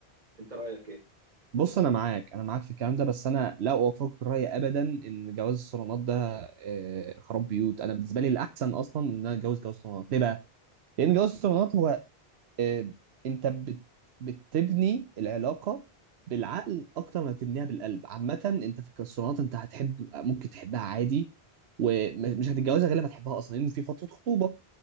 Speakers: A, on the right; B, on the right.
A: انت رايك ايه؟
B: بص انا معاك انا معاك في الكلام ده بس انا لا اوافقك الراي ابدا ان جواز الصالونات ده آه، خراب بيوت انا بالنسبه لي الاحسن اصلا ان انا اتجوز جواز صالونات ليه بقى لان جواز الصالونات هو آه، انت بت... بتبني العلاقه بالعقل اكتر ما بتبنيها بالقلب عامه انت في الصالونات انت هتحب ممكن تحبها عادي ومش هتتجوزها غير لما تحبها اصلا لان في فتره خطوبه